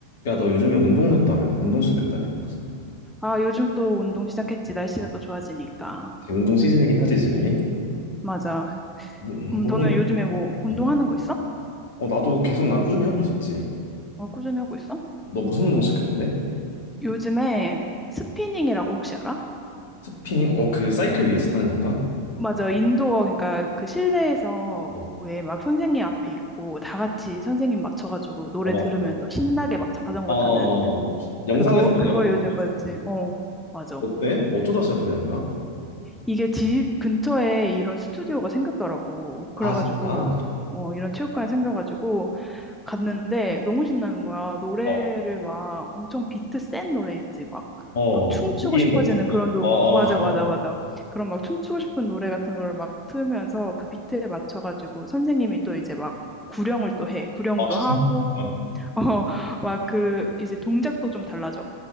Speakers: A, on the left; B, in the centre.
A: 야, 너 요즘에 운동했다며? 운동 시작했다며?
B: 아, 요즘 또 운동 시작했지. 날씨가 또 좋아지니까.
A: 운동 시즌이긴 하지, 지금이?
B: 맞아.
A: 무-
B: 음,
A: 무슨,
B: 너는 요즘에 뭐 운동하는
A: 어,
B: 거 있어?
A: 어, 나도 계속 난 꾸준히 하고 있었지.
B: 어, 꾸준히 하고 있어?
A: 너 무슨 운동 시작했는데?
B: 요즘에 스피닝이라고 혹시 알아?
A: 스피닝? 어, 그 사이클 위에서 타는 건가?
B: 맞아. 인도어, 그러니까 그 실내에서
A: 어,
B: 왜 막 선생님 앞에 있고 다 같이 선생님 맞춰가지고 노래
A: 어, 맞아,
B: 들으면서
A: 맞아.
B: 신나게
A: 어,
B: 막 자전거
A: 어,
B: 타는
A: 어. 영상에서
B: 그거,
A: 막
B: 그거
A: 여러 번
B: 요즘에
A: 봤어.
B: 빠졌지. 어, 맞아.
A: 어때? 어쩌다 시작하게 된 거야?
B: 이게 집 근처에 이런 스튜디오가 생겼더라고. 그래가지고,
A: 아, 진짜?
B: 어, 이런 체육관이 생겨가지고 갔는데 너무 신나는 거야. 노래를
A: 어,
B: 막 엄청 비트 센 노래 있지. 막,
A: 어.
B: 막 춤추고
A: EDM
B: 싶어지는
A: 같은 거.
B: 그런 노,
A: 어,
B: 맞아,
A: 어,
B: 맞아, 맞아. 그런 막 춤추고 싶은 노래 같은 걸 막 틀면서 그 비트에 맞춰가지고 선생님이 또 이제 막 구령을 또 해. 구령도
A: <laughs> 어.
B: 하고,
A: 어.
B: <laughs> 어, 막 그 이제 동작도 좀 달라져.